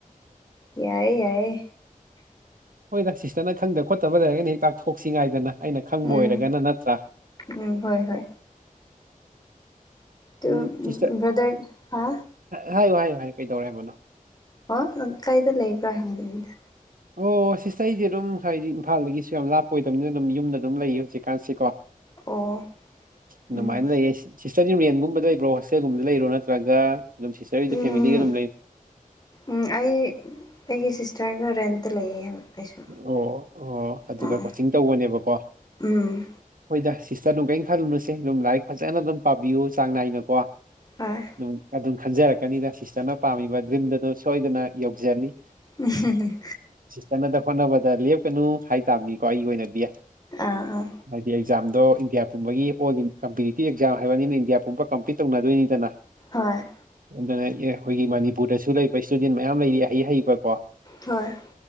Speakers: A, on the left (about 30°); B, on the right (about 75°).
A: ꯌꯥꯏ ꯌꯥꯏ
B: ꯍꯣꯏꯗ ꯁꯤꯁꯇꯔꯅ ꯈꯪꯗ ꯈꯣꯠꯇꯕ ꯂꯩꯔꯒꯅ ꯍꯦꯛ ꯇꯥꯛꯊꯣꯛꯁꯤ ꯉꯥꯏꯗꯅ ꯑꯩꯅ ꯈꯪꯕ
A: ꯎꯝ
B: ꯑꯣꯏꯔꯒꯅ ꯅꯠꯇ꯭ꯔꯥ
A: ꯎꯝ ꯍꯣꯏ ꯍꯣꯏ ꯇꯨ
B: ꯎꯝ ꯁꯤꯁꯇꯔ
A: ꯕ꯭ꯔꯗꯔ ꯍꯥꯥ
B: ꯍꯥꯏꯌꯨ ꯍꯥꯏꯌꯨ ꯍꯥꯏꯌꯨ ꯀꯩꯗꯧꯔꯦ ꯍꯥꯏꯕꯅꯣ
A: ꯍꯥ ꯅꯪ ꯀꯥꯏꯗ ꯂꯩꯕ꯭ꯔꯥ ꯍꯪꯕꯅꯤꯗ
B: ꯑꯣ ꯁꯤꯁꯇꯔ ꯑꯩꯖꯤ ꯑꯗꯨꯝ ꯉꯁꯥꯏꯗꯤ ꯏꯝꯐꯥꯜꯗꯒꯤꯁꯨ ꯌꯥꯝ ꯂꯥꯞꯄ ꯑꯣꯏꯗꯕꯅꯤꯅ ꯑꯗꯨꯝ ꯌꯨꯝꯗ ꯑꯗꯨꯝ ꯂꯩꯌꯦ ꯍꯧꯖꯤꯛꯀꯥꯟꯁꯤꯀꯣ
A: ꯑꯣ
B: ꯑꯗꯨꯃꯥꯏꯟ
A: ꯎꯝ
B: ꯂꯩꯌꯦ ꯁꯤ ꯁꯤꯁꯇꯔꯁꯦ ꯔꯦꯟꯒꯨꯝꯕ ꯂꯩꯕ꯭ꯔꯣ ꯍꯣꯁꯇꯦꯜꯒꯨꯝꯕꯗ ꯂꯩꯔꯣ ꯅꯠꯇ꯭ꯔꯒ ꯑꯗꯨꯝ ꯁꯤꯁꯇꯔ ꯒꯤꯗꯤ
A: ꯎꯝ
B: ꯐꯦꯃꯤꯂꯤꯒ ꯑꯗꯨꯝ ꯂꯩ
A: ꯎꯝ ꯑꯩ ꯑꯩꯒꯤ ꯁꯤꯁꯇꯔꯒ ꯔꯦꯟꯇ ꯂꯩꯌꯦ ꯑꯩꯁꯨ
B: ꯑꯣ ꯑꯣ ꯑꯗꯨꯒ
A: ꯑꯥ
B: ꯀꯣꯆꯤꯡ ꯇꯧꯕꯅꯦꯕꯀꯣ
A: ꯎꯝ
B: ꯍꯣꯏꯗ ꯁꯤꯁꯇꯔ ꯅꯨꯡ ꯀꯩꯅ ꯈꯜꯂꯨꯅꯨꯁꯦ ꯑꯗꯨꯝ ꯂꯥꯏꯔꯤꯛ ꯐꯖꯅ ꯑꯗꯨꯝ ꯄꯥꯕꯤꯌꯨ ꯆꯥꯡ ꯅꯥꯏꯅ ꯀꯣ
A: ꯍꯣꯏ
B: ꯎꯝ ꯑꯗꯨꯝ ꯈꯟꯖꯔꯛꯀꯅꯤꯗ ꯁꯤꯁꯇꯔꯅ ꯄꯥꯝꯃꯤꯕ ꯗ꯭ꯔꯤꯝꯗꯗꯨ ꯁꯣꯏꯗꯅ ꯌꯧꯖꯅꯤ
A: ꯎꯝ ꯍꯨꯝꯍꯨꯝ
B: ꯇꯅꯗ ꯍꯣꯠꯅꯕꯗ ꯂꯦꯞꯀꯅꯨ ꯍꯥꯏꯇꯥꯥꯕꯅꯤꯀꯣ ꯑꯩꯒꯤ ꯑꯣꯏꯅꯗꯤ
A: ꯑꯥ ꯑꯥ
B: ꯍꯥꯏꯗꯤ ꯑꯦꯛꯖꯥꯝꯗꯣ ꯏꯟꯗꯤꯌꯥ ꯄꯨꯝꯕꯒꯤ ꯑꯣꯜ ꯏꯟ ꯀꯝꯄꯤꯇꯤꯇꯤꯚ ꯑꯦꯛꯖꯥꯝ ꯍꯥꯏꯕꯅꯤꯅ ꯏꯟꯗꯤꯌꯥ ꯄꯨꯝꯕ ꯀꯝꯄꯤꯠ ꯇꯧꯅꯗꯣꯏꯅꯤꯗꯅ
A: ꯍꯣꯏ
B: ꯑꯗꯨꯅ ꯑꯦ ꯑꯩꯈꯣꯏꯒꯤ ꯃꯅꯤꯄꯨꯔꯗꯁꯨ ꯂꯩꯕ ꯏꯁꯇꯨꯗꯦꯟ ꯃꯌꯥꯝ ꯂꯩꯔꯤ ꯍꯩ ꯍꯩꯕꯀꯣ
A: ꯍꯣꯏ